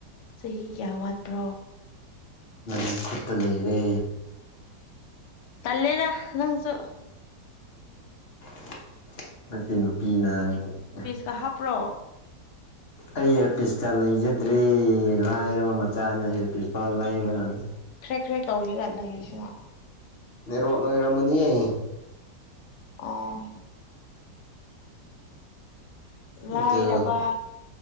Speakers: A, on the left (about 75°); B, on the left (about 50°).
A: ꯆꯍꯤ ꯀꯌꯥ ꯋꯥꯠꯄ꯭ꯔꯣ꯫
B: ꯅꯪꯒꯤ ꯈꯨꯠꯇ ꯂꯩꯔꯦ꯫
A: ꯇꯜꯂꯦꯗ ꯅꯪꯁꯨ
B: <unintelligible> <unintelligible> ꯅꯪꯁꯤ ꯅꯨꯄꯤꯅ <unintelligible>
A: ꯀꯥ ꯍꯥꯞꯄ꯭ꯔꯣ꯫
B: ꯑꯩ ꯏꯌꯦꯔꯄꯤꯁꯀ ꯂꯩꯖꯗ꯭ꯔꯦ ꯂꯥꯏꯔꯕ ꯃꯆꯥꯅ ꯏꯌꯦꯔꯄꯤꯁ ꯐꯥꯎ ꯂꯩꯕ ꯉꯝꯗꯦ꯫
A: ꯈ꯭ꯔꯦꯛ-ꯈ꯭ꯔꯦꯛ ꯇꯧꯔꯤꯒꯥ ꯂꯩꯔꯤꯁꯤꯅ꯫
B: ꯅꯦꯠꯋꯥ꯭ꯔꯛꯅ ꯑꯣꯏꯔꯝꯒꯅꯤꯌꯦ꯫
A: ꯑꯣ꯫ ꯂꯥꯏꯔꯕ
B: ꯑꯗꯨ